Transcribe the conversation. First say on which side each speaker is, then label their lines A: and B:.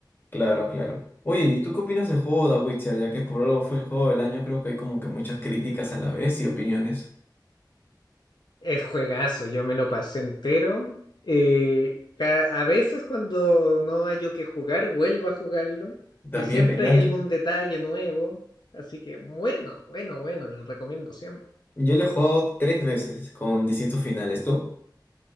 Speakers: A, on the left; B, on the left.
A: Claro, claro. Oye, ¿y tú qué opinas del juego de Witcher? Ya que por algo fue el juego del año, creo que hay como que muchas críticas a la vez y opiniones.
B: Es juegazo, yo me lo pasé entero. eh, ca- a veces cuando no hay yo que jugar, vuelvo a jugarlo
A: También
B: y siempre
A: te engancha.
B: hay algún detalle nuevo, así que bueno, bueno, bueno, lo recomiendo siempre.
A: Yo lo he jugado tres veces con distintos finales. ¿Tú?